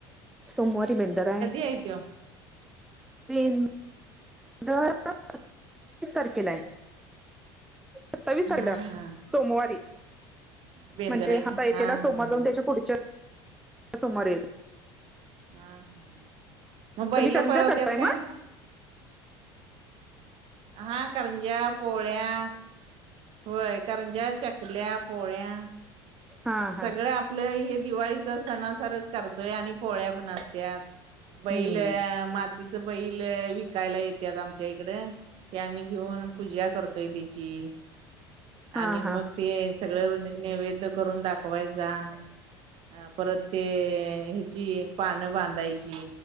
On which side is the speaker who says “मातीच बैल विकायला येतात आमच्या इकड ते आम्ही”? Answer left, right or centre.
Right